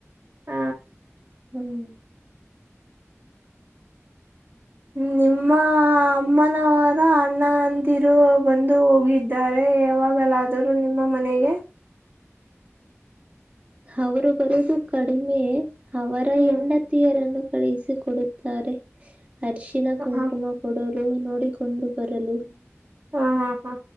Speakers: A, on the right; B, on the right.
A: ಹ
B: ಹ್ಮ್
A: ನಿಮ್ಮ ಅಮ್ಮನವರ ಅಣ್ಣ ಅಂದಿರು ಬಂದು ಹೋಗಿದ್ದಾರೆ ಯಾವಾಗಲ್ಲ ಆದರೂ ನಿಮ್ಮ ಮನೆಗೆ
B: ಅವರು ಬರುೋದು ಕಡಿಮೆ ಅವರ
A: ಹ್ಮ್
B: ಹೆಂಡತಿಯರನ್ನು ಕಳುಹಿಸಿಿಕ ಕೊಡುತ್ತಾರೆ ಅರ್ಷಿನ
A: ಹ
B: ಕುಂಕುಮ ಕೊಡರು ನೋಡಿಕೊಂಡು ಬರಲು
A: ಹಾ ಹಾ ಹಾ